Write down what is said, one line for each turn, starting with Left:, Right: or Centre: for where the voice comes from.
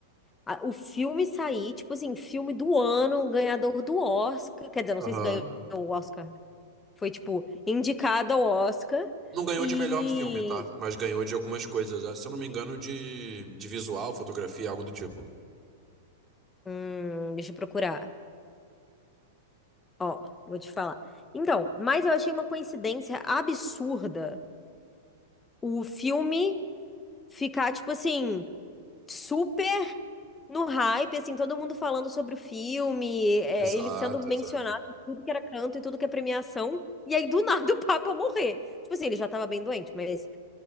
Left: a- o filme sair, tipo assim, filme do ano, ganhador do Oscar. Quer dizer, não
Right: Aham.
Left: sei se ganhou o Oscar. Foi, tipo, indicado ao Oscar.
Right: Não ganhou
Left: E.
Right: de melhor filme, tá? Mas ganhou de algumas coisas, né? se eu não me engano, de, de visual, fotografia, algo do tipo.
Left: Hum, deixa eu procurar. Ó, vou te falar. Então, mas eu achei uma coincidência absurda o filme ficar, tipo assim, super. no hype, assim, todo mundo falando sobre o filme, é,
Right: Exato,
Left: ele sendo mencionado
Right: exato.
Left: em tudo que era canto e tudo que é premiação. E aí, do <laughs> nada, o Papa morrer. Tipo assim, ele já tava bem doente, mas